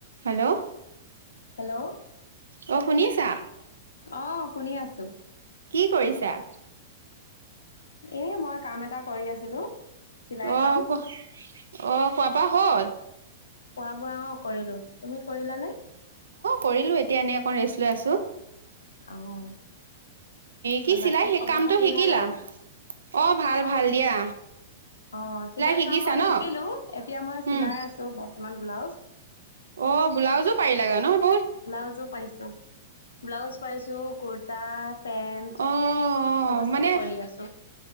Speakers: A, on the right (about 70°); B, on the left (about 75°).
A: হেল্ল'
B: হেল্ল'
A: অ শুনি আছা
B: অ শুনি আছো ত
A: কি কৰিছা
B: এ মই কাম এটা কৰি আছিলো। চিলাই
A: অহ
B: কাম
A: খোৱা অহ খোৱা বোৱা হ'ল
B: খোৱা বোৱা কৰিলো তুমি কৰিলা নে
A: কৰিলোঁ এতিয়া এনেই অকণ ৰেষ্ট লৈ আছোঁ।
B: আহ
A: কি
B: বাকী
A: চিলাই সেই
B: খবৰ
A: কামটো
B: খাতি
A: শিকিলা
B: ভাল আৰু
A: অ ভাল
B: অ
A: ভাল দিয়া
B: অ চিলাই
A: শিকিছা
B: কাম মই শিকিলো
A: ন
B: এতিয়া মই চিলাই
A: উম
B: আছো ম মান ব্লাউজ
A: অ ব্লাউজো পাৰিল লাগে ন
B: ব্লাউজো পাইছো ব্লাউজ পাইছো, কুৰ্তা। পেন্ট
A: অ, অ
B: সেইবোৰ চব
A: মানে
B: কৰি আছো